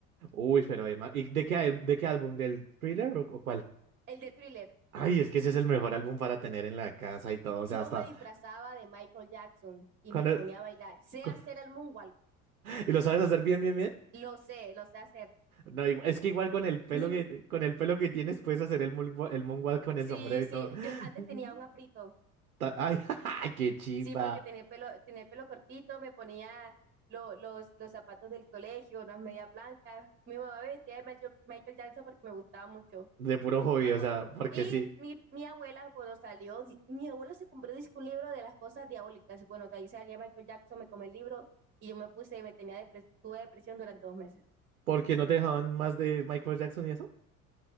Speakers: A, on the right (about 75°); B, on the right (about 25°).
A: Uy, pero además... ¿Y de qué, al- de qué álbum? ¿Del Thriller o, o cuál?
B: el de Thriller.
A: Ay, es que ese es el mejor álbum para tener en la casa y todo, o
B: Yo
A: sea, hasta...
B: me disfrazaba de Michael Jackson y
A: Cuando...
B: me ponía a bailar. Sé
A: <laughs>
B: hacer el moonwalk,
A: ¿Y lo sabes hacer bien, bien, bien?
B: lo sé, lo sé hacer.
A: No, igu- es que igual con el pelo
B: Mi,
A: que con el pelo que tienes puedes hacer el moonwa- el moonwalk con
B: sí,
A: el sombrero y
B: sí,
A: todo. <laughs>
B: yo antes tenía un afrito
A: Ta- Ay, <laughs> qué chiva.
B: Sí, porque tenía pelo, tenía pelo cortito, me ponía lo- los, los zapatos del colegio, unas medias blancas. Mi mamá me vestía de Michael Michael Jackson porque me gustaba mucho.
A: De puro hobby,
B: Bueno,
A: o sea, porque
B: y
A: sí.
B: mi, mi abuela cuando salió, di- mi abuela se compró dizque un libro de las cosas diabólicas. Y Bueno, que ahí salía Michael Jackson, me comí el libro y yo me puse, me tenía depres- tuve depresión durante dos meses.
A: porque no te dejaban más de Michael Jackson y eso?